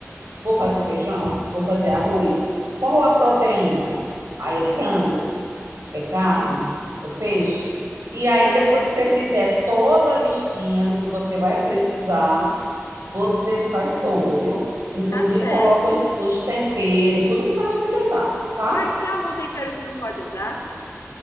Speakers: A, on the right; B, on the left.
A: Vou fazer feijão? Vou fazer arroz? Qual a proteína? Aí é frango, é carne, é peixe. E
B: Certo.
A: aí depois que você fizer toda a listinha do que você vai precisar, você faz toda, viu? Inclusive
B: Tá certo.
A: coloca os- os temperos, tudo que você vai utilizar, tá?
B: Qual- é, tem algum tempero que não pode usar?